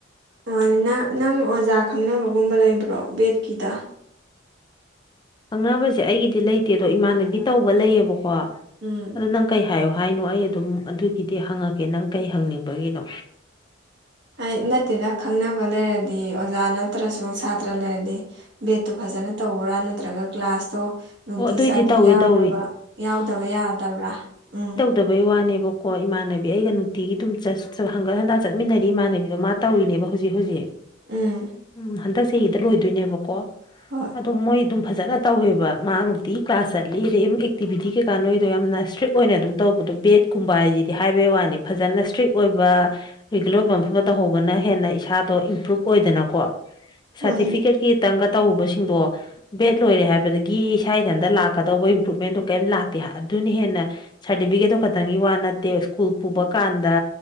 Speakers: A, on the right; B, on the left.
A: ꯔꯣꯂꯤꯅ ꯅꯪ ꯑꯣꯖꯥ ꯈꯪꯅꯕꯒꯨꯝꯕ ꯂꯩꯕ꯭ꯔꯣ ꯕꯦꯠꯀꯤꯗ
B: ꯈꯪꯅꯕꯁꯦ ꯑꯩꯒꯤꯗꯤ ꯂꯩꯇꯦ ꯑꯗꯣ ꯏꯃꯥꯟꯅꯕꯤ ꯇꯧꯕ ꯂꯩꯌꯦꯕꯀꯣ꯫
A: ꯎꯝ
B: ꯑꯗꯣ ꯅꯪ ꯀꯩ ꯍꯥꯏꯌꯣ ꯍꯥꯏꯅꯣ ꯑꯩ ꯑꯗꯨꯝ ꯑꯗꯨꯒꯤꯗꯤ ꯍꯪꯉꯥꯛꯀꯦ ꯅꯪ ꯀꯩ ꯍꯪꯅꯤꯡꯕꯒꯤꯅꯣ꯫
A: ꯑꯩ ꯅꯠꯇꯦꯗ ꯈꯪꯅꯕ ꯂꯩꯔꯗꯤ ꯑꯣꯖꯥꯅ ꯅꯠꯇ꯭ꯔꯁꯨ ꯁꯥꯇ꯭ꯔ ꯂꯩꯔꯗꯤ ꯕꯦꯠꯇꯨ ꯐꯖꯅ ꯇꯧꯕ꯭ꯔꯥ ꯅꯠꯇ꯭ꯔꯒ ꯀ꯭ꯂꯥꯁꯇꯣ ꯅꯨꯡꯇꯤꯖꯒꯤ
B: ꯑꯣ ꯑꯗꯨꯏꯗꯤ ꯇꯧꯏ
A: ꯌꯥꯎꯗꯕ
B: ꯇꯧꯏ
A: ꯌꯥꯎꯗꯕ ꯌꯥꯗꯕ꯭ꯔꯥ ꯎꯝ
B: ꯇꯧꯕꯩ ꯋꯥꯅꯦꯕꯀꯣ ꯏꯃꯥꯟꯅꯕꯤ ꯑꯩꯒ ꯅꯨꯡꯇꯤꯒꯤ ꯑꯗꯨꯨꯝ ꯆꯠꯁꯨ ꯍꯪꯒꯠ ꯍꯟꯗ ꯆꯠꯃꯤꯟꯅꯔꯤ ꯏꯃꯥꯟꯅꯕꯤꯗꯣ ꯃꯥ ꯇꯧꯔꯤꯅꯦꯕ ꯍꯧꯖꯤꯛ ꯍꯧꯖꯤꯛ
A: ꯎꯝ
B: ꯎꯝ ꯍꯟꯗꯛ ꯆꯍꯤꯗ ꯂꯣꯏꯗꯣꯏꯅꯦꯕꯀꯣ꯫
A: ꯍꯣꯏ
B: ꯑꯗꯣ ꯃꯣꯏ ꯑꯗꯨꯝ ꯐꯖꯅ ꯇꯧꯋꯦꯕ꯫ ꯃꯥ ꯅꯨꯡꯇꯤꯒꯤ ꯀ꯭ꯂꯥꯁ ꯆꯠꯂꯤ ꯑꯗꯩꯝ ꯑꯦꯛꯇꯤꯚꯤꯇꯤ ꯀꯩꯀꯥ ꯅꯣꯏꯗꯣ ꯌꯥꯝꯅ ꯁꯇ꯭ꯔꯤꯛ ꯑꯣꯏꯅ ꯑꯗꯨꯝ ꯇꯧꯕꯗꯣ ꯕꯦꯠ ꯀꯨꯝꯕꯥꯏꯁꯤꯗꯤ ꯍꯥꯏꯕꯩ ꯋꯥꯅꯤ ꯐꯖꯅ ꯁꯇ꯭ꯔꯤꯛ ꯑꯣꯏꯕ ꯔꯤꯒꯨꯂꯔ ꯑꯣꯏꯕ ꯃꯐꯝꯗ ꯇꯧꯍꯧꯕꯅ ꯍꯦꯟꯅ ꯏꯁꯥꯗꯣ ꯏꯝꯄ꯭ꯔꯨꯞ ꯑꯣꯏꯗꯅꯀꯣ ꯁꯥꯔꯇꯤꯐꯤꯀꯦꯠꯀꯤ
A: ꯃꯥꯅꯤ
B: ꯈꯤꯇꯪꯒ ꯇꯧꯔꯨꯕꯁꯤꯡꯗꯣ ꯕꯦꯠ ꯂꯣꯏꯔꯦ ꯍꯥꯏꯕꯗꯒꯤ ꯌꯦ ꯏꯁꯥ ꯏꯊꯟꯇ ꯂꯥꯛꯀꯗꯧꯕ ꯏꯝꯄ꯭ꯔꯨꯞꯃꯦꯟꯗꯣ ꯀꯤꯝ ꯂꯥꯛꯇꯦ ꯍꯥ ꯑꯗꯨꯅ ꯍꯦꯟꯅ ꯁꯥꯔꯇꯤꯐꯤꯀꯦꯠꯇꯣ ꯈꯥꯇꯪꯒꯤ ꯋꯥ ꯅꯠꯇꯦ ꯁ꯭ꯀꯨꯜ ꯄꯨꯕ ꯀꯥꯟꯗ